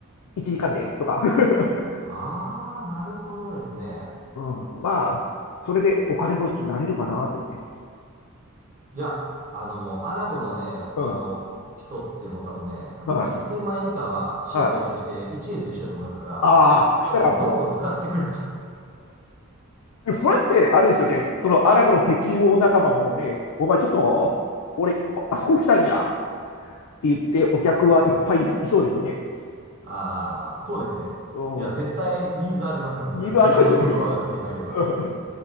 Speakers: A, on the left; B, on the right.
A: ?1 時間でとか。<laughs>
B: ー、ああ、なるほどですね。
A: うん、まあ、それでお金持ちになれるかなと思って。
B: いや、あの、もうアラブのね、
A: うん、
B: あの、人ってもう多分ね、あの、
A: はい、
B: 1000万円以下は、四捨五入して1円と一緒だと思いますから、
A: はい。ああ、そしたらもう、
B: 多分、どんどん使ってくれると。
A: それって、あれですよね。そのアラブの石油王仲間もね、お前ちょっと、俺、あそこ行きたいんやって言って、お客はいっぱいいそうですよね。
B: <laughs> うんああ、そうですね。
A: うん。
B: いや、絶対ニーズありますね。それ、
A: ニーズありますよね。
B: どこでもドアが手に入れば。
A: <laughs>